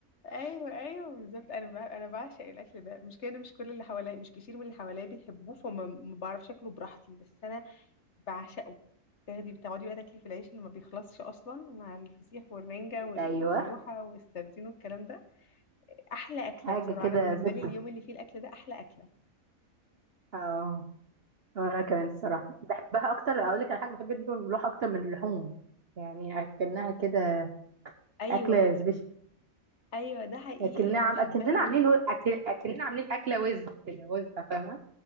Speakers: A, on the left; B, on the right.
A: ايوه ايوه بالظبط انا ب... انا بعشق الاكل ده مش كده مش كل اللي حواليا مش كتير من اللي حواليا بيحبوه فما ما بعرفش اكله براحتي بس انا بعشقه تاخدي بتقعدي بقى تاكلي في العيش اللي ما بيخلصش اصلا مع الفسيخ والرنجه والملوحه
B: ايوه
A: والسردين والكلام ده احلى اكله
B: حاجه
A: بصراحه
B: كده
A: انا بالنسبه
B: زبده
A: لي اليوم اللي فيه الاكل ده احلى اكله
B: اه وانا
A: امم
B: كمان الصراحه بحبها اكتر اقول لك على حاجه بحب الرنجه والملوحه اكتر من اللحوم يعني اكنها كده
A: ايوه
B: اكله سبيشال
A: ايوه ده حقيقي
B: اكننا
A: انا
B: عم
A: بحبها
B: اكننا
A: جدا
B: عاملين و... أكن... اكننا عاملين اكله وز كده وز فاهمه